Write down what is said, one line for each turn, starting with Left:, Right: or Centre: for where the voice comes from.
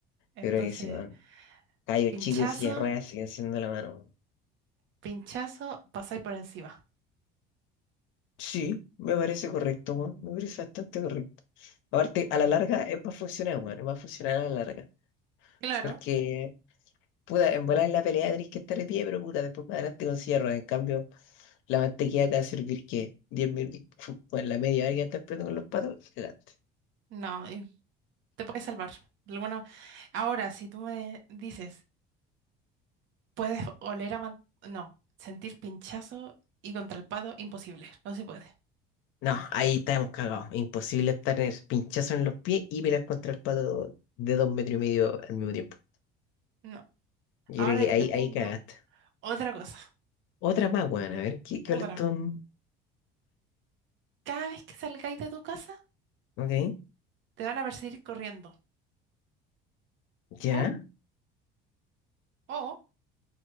Right: Entonces,
Left: Yo creo que sí, weón. Cayo
Right: pinchazo,
Left: chico y silla de ruedas sigue siendo la mano.
Right: pinchazo, pasáis por encima.
Left: Sí, me parece correcto, weón. Me parece bastante correcto. Aparte, a la larga es más funcional, weón. Es más funcional a la larga.
Right: Claro,
Left: Porque, puta, en volar en la pelea tenés que estar de pie, pero puta, después más adelante con silla de ruedas. En cambio, la mantequilla te va a servir que 10 minutos, en la media hora que estás peleando con los patos, adelante.
Right: no, y te puedes salvar. De alguna- Ahora, si tú me dices, Puedes oler a man- No, sentir pinchazo y contra el pato, imposible. No se puede.
Left: No, ahí estamos cagados. Imposible estar en pinchazo en los pies y pelear contra el pato de dos metros y medio al mismo tiempo.
Right: No.
Left: Yo
Right: Ahora
Left: creo que
Right: yo
Left: ahí,
Right: te tengo
Left: ahí cagaste.
Right: otra cosa.
Left: Otra más, weón. A ver, ¿qué,
Right: Otra.
Left: cuál es tu...?
Right: Cada vez que salgáis de tu casa,
Left: Ok.
Right: te van a perseguir corriendo.
Left: ¿Ya?
Right: O, o,